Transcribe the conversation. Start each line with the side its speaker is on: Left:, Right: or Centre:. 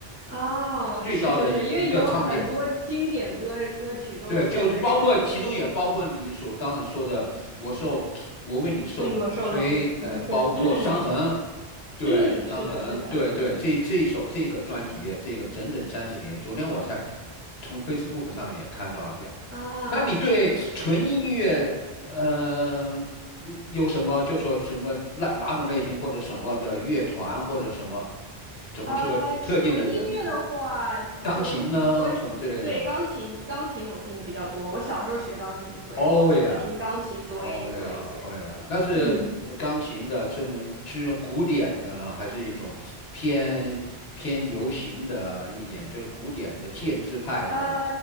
Right: 哦，
Left: 最高的一个唱片。
Right: 是是是，因为有很多经典歌歌曲都收在这张专辑里。
Left: 对，就是包括其中也包括你所刚才说的，我受我为你受冷风吹，
Right: 为你我受冷风吹，
Left: 呃，包括伤痕，
Right: 嗯
Left: 对，
Right: 嗯，
Left: 伤痕，
Right: 是的，是的，
Left: 对对，这这一首这个专辑，这个整整三十年，昨天我才从 Facebook 上面也看到的。
Right: 啊，
Left: 那你对纯音乐，
Right: 是是是，
Left: 嗯，有什么就说什么哪哪种类型或者什么的乐团或者什么怎么说特定的人，
Right: 呃，纯音乐的话，
Left: 嗯，钢琴呢什么之类的？
Right: 可能我对钢琴，钢琴我听的比较多。我小时候学钢琴，所以我可能就听钢琴多一多一些。
Left: 哦呀，哦呀，哦呀，那是呃钢琴的，
Right: 嗯。
Left: 是吗？是用古典的了，还是一种偏偏流行的一点，就是古典的建制派的
Right: 呃，